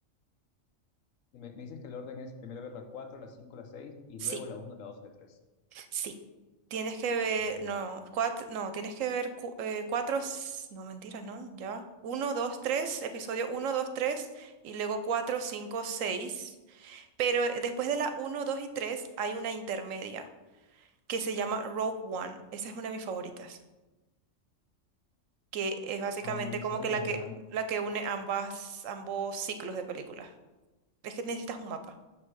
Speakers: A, on the left (about 80°); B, on the right (about 80°).
A: me, me dices que el orden es primero ver la cuatro la cinco la 6 y
B: sí.
A: luego la uno la 2 y la tres
B: Sí, tienes que ver,
A: Ya,
B: no, cuatro, no, tienes que ver cu- eh, cuatro, s- no, mentira, no, ya va. Uno, dos, tres, episodio uno, dos, tres, y luego cuatro, cinco, seis. Pero eh, después de la uno, dos y tres hay una intermedia que se llama Rogue One. Esa es una de mis favoritas, que es básicamente
A: ah, no, no
B: como
A: sabía,
B: que la
A: mira,
B: que, la que une ambas, ambos ciclos de películas. Es que necesitas un mapa.